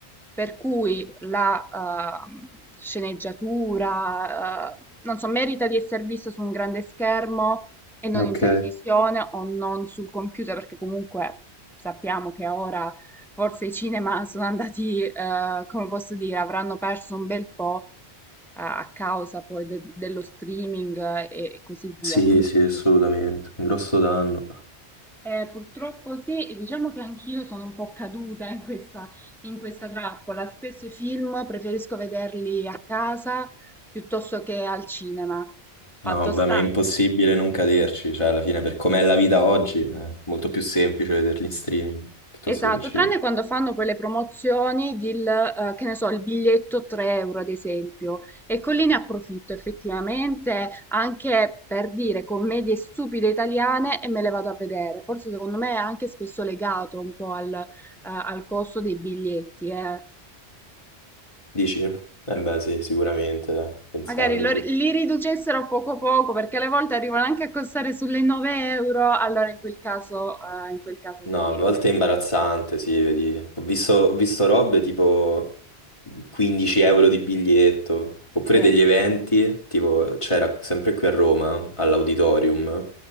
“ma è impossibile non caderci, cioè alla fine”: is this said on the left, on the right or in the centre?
Left